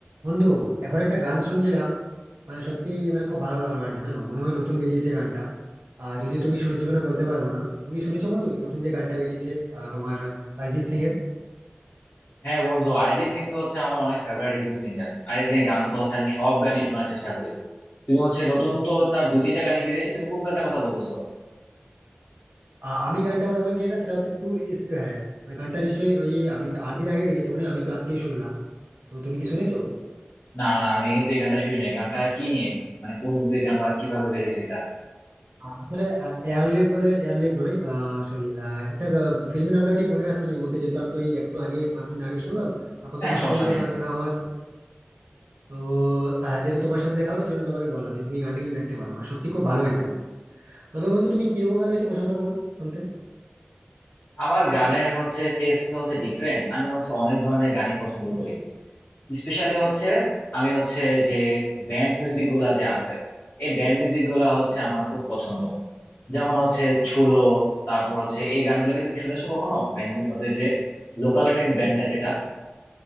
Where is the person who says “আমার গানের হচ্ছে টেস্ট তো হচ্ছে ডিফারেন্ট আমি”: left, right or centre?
Left